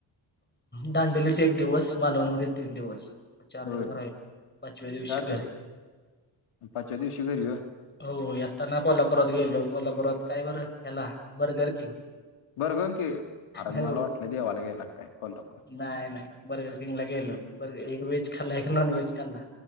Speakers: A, on the left (about 20°); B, on the left (about 85°).
A: दांडलीत एक दिवस, मालवणमध्ये तीन दिवस. चार
B: होय.
A: दिवस राहील पाचव्या दिवशी
B: चार
A: घरी
B: दिवस, पाचव्या दिवशी घरी होय.
A: हो. येताना कोल्हापुरात गेलो कोल्हापुरात काय बर ह्याला बर्गर किंग.
B: बरगर ग की अर
A: हो
B: मला वाटलं देवाला गेला का काय. कोल्हापूर
A: नाही, नाही. बर्गर चिंगला गेलो बर् एक व्हेज खाल्ला. एक नॉन व्हेज खाल्ला.